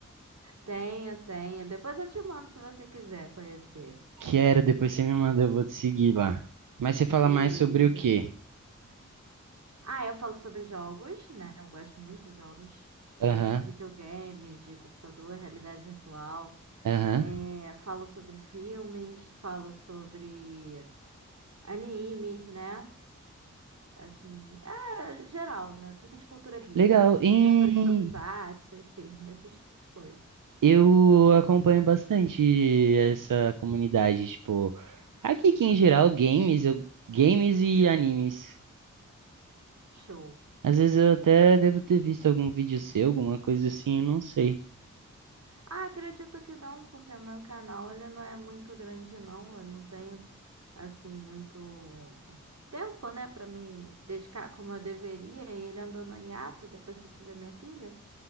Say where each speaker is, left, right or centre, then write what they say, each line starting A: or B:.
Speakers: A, on the right (about 55°); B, on the right (about 85°).
A: Tenho, tenho. Depois eu te mando se você quiser conhecer.
B: Quero, depois você me manda, eu vou te seguir lá. Mas você fala
A: Beleza.
B: mais sobre o quê?
A: Ah, eu falo sobre jogos, né? Eu gosto muito de jogos,
B: Aham,
A: tanto de videogame, de computador, realidade virtual.
B: aham.
A: É, falo sobre filmes, falo sobre Animes, né? Assim, é geral, né? Tudo de cultura geek.
B: Legal. E
A: Já falei de tokusatsu, enfim, <laughs> bastante coisa.
B: Eu acompanho bastante essa comunidade, tipo, aqui que em geral games, eu, games e animes.
A: Show.
B: Às vezes eu até devo ter visto algum vídeo seu, alguma coisa assim, eu não sei.
A: Ah, acredito que não, porque o meu canal ele não é muito grande, não. Eu não tenho, assim, muito tempo, né, pra me dedicar como eu deveria. E ele andou no hiato depois que eu tive a minha filha.